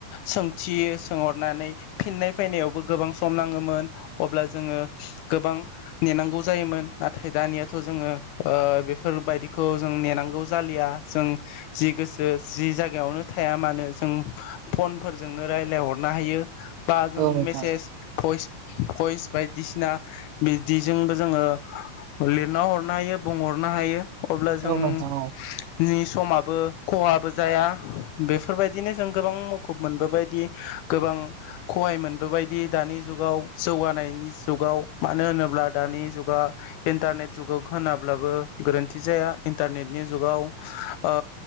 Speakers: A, on the left (about 75°); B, on the right (about 85°).
A: सों थि सोंहरनानै फिननाय फैनायावबो गोबां सम नाङोमोन अब्ला जोंङो गोबां नेनांगौ जायोमोन नाथाय दानियाथ' जोंङो बेफोरबायदिखौ जों नेनांगौ जालिया जों जि गोसो जि जायगायावनो थाया मानो जों फनफोर जोंनो रायज्लायहरनो हायो। बा जों
B: औ नोंथां
A: मेसेज भइस भइस बायदिसिना बिदिजोंबो जोङो लिरना हरनो हायो बुंहरनो हायो। अब्ला जों
B: औ नोंथां औ
A: <inaudible> समाबो खहाबो जाया बेफोरबायदिनो जों गोबां मोखौ मोनबोबायायदि गोबां खहाय मोनबोबायायदि दानि जुगाव जौगानायनि जुगाव मानो होनोब्ला दानि जुगा इन्टारनेट जुगाव होनाब्लाबो गोरोन्थि जाया इन्टारनेटनि जुगाव ओ